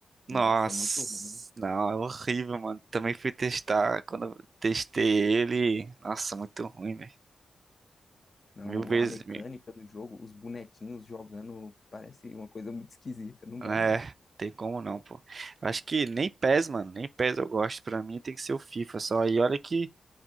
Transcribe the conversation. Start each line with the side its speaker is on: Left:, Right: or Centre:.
Left: Nossa,
Right: Nossa,
Left: muito ruim.
Right: não, é horrível, mano. Também fui testar, quando eu testei ele, nossa, muito ruim, velho.
Left: Não,
Right: Mil vezes,
Left: a mecânica
Right: mil.
Left: do jogo, os bonequinhos jogando, parece uma coisa muito esquisita. Não
Right: É,
Left: dá, não.
Right: tem como não, pô. Acho que nem PES, mano, nem PES eu gosto. Pra mim tem que ser o FIFA só. E olha que